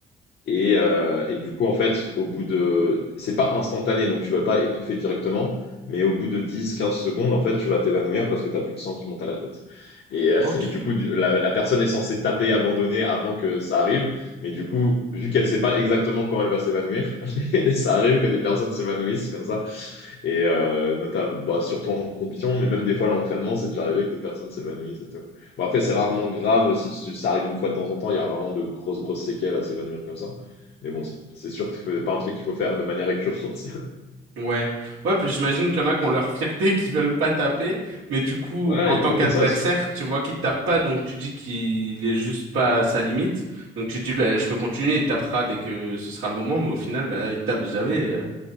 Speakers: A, on the left (about 60°); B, on the right (about 85°).
A: Et, euh, et du coup, en fait, au bout de... C'est pas instantané, donc tu vas pas étouffer directement, mais au bout de dix, quinze secondes, en fait, tu vas t'évanouir parce que tu plus de sang qui monte à la tête. Et, euh,
B: Ok.
A: <laughs> et du coup, du- la, la personne est censée taper, abandonner avant que ça arrive, mais du coup, vu qu'elle sait pas exactement quand elle va s'évanouir, <laughs> ça arrive que des personnes s'évanouissent comme ça. Et euh, notamment, bah, surtout en compétition, mais même des fois, l'entraînement, c'est déjà arrivé que des personnes s'évanouissent et tout. Bon, après, c'est rarement grave. Si ça arrive une fois de temps en temps, il y a rarement de grosses, grosses séquelles à s'évanouir comme ça. Mais bon, c'est sûr que c'est pas un truc qu'il faut faire de manière récurrente. <laughs>
B: Ouais. Ouais puis j'imagine qu'il y en a qui ont leur fierté <laughs> qui veulent pas taper mais du coup
A: Ouais,
B: en
A: il
B: tant
A: y a beaucoup
B: qu'adversaire
A: de ça aussi. ouais.
B: tu vois qu'il tape pas donc tu dis qu'il est juste pas à sa limite donc tu dis bah je peux continuer il tapera dès que ce sera le moment mais au final bah il tape jamais.